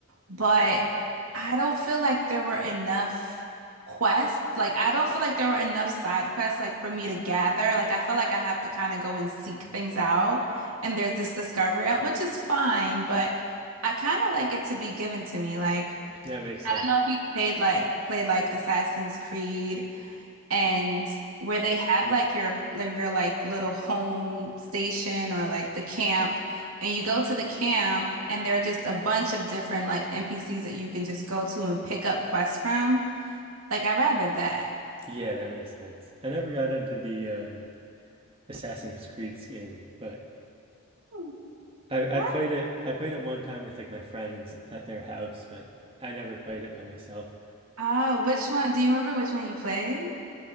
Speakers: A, on the right (about 75°); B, on the right (about 25°).
A: But I don't feel like there were enough quests. Like I don't feel like there were enough side quests like for me to gather. Like I feel like I have to kind of go and seek things out. And there's this discovery, which is fine, but I kind of like it to be given to me. Like
B: That makes sense.
A: I don't know if you've paid like played like Assassin's Creed and where they have like your like your like little home station or like the camp and you go to the camp and there are just a bunch of different like NPCs that you can just go to and pick up quests from. Like I rather that.
B: Yeah, that makes sense. I never got into the um Assassin's Creed's game, but
A: Hmm,
B: I
A: What?
B: I played it I played it one time with like my friends at their house, but I never played it by myself.
A: Ah, which one? Do you remember which one you played?